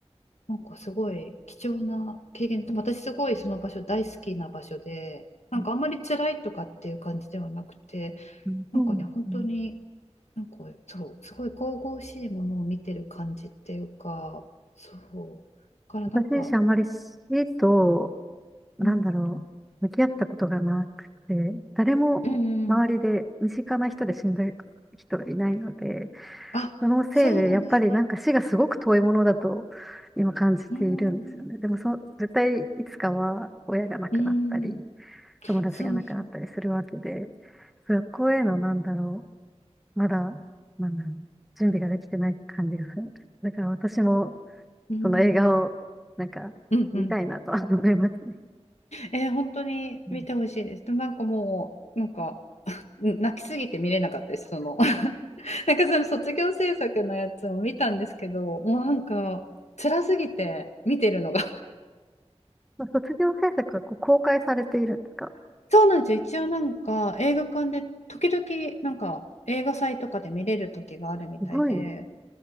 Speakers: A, on the left (about 85°); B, in the centre.
A: なんかすごい貴重な経験で、私すごいその場所大好きな場所で、なんかあんまり辛いとかっていう感じではなくて、
B: うんそうなんですね。
A: なんかね、本当に、なんかそう、すごい神々しいものを見てる感じっていうか、そう、だからなんか、
B: 私自身あまり死と、なんだろう、
A: うん、
B: 向き合ったことがなくて、誰も周りで身近な人で死んだ
A: うんうん
B: 人がいないので、
A: あ、
B: そのせいでやっぱりなんか死がすごく遠いものだと今感じているんですよね。
A: そうなんですね。うーん、
B: でもそ、絶対いつかは親が亡くなったり、
A: うーん、
B: 友達が亡くなったりするわけで、
A: そうそう。
B: そこへのなんだろう、まだ、なんだろう、準備ができてない感じがするんです。だから私も、
A: うーん、
B: その映画を、なんか、
A: うん、
B: 見たいなとは
A: うん。
B: <laughs> 思いますね。
A: えー本当に見てほしいです。
B: うん
A: でもなんかもう、なんか、うん泣きすぎて見れなかったです。その、<laughs> なんかその卒業制作のやつを見たんですけど、もうなんか、辛すぎて見てるのが。
B: まあ卒業制作がこう公開されているんですか
A: <laughs> そうなんですよ。一応なんか、映画館で、時々、なんか、映画祭とかで見れる時があるみたいで、
B: すごい。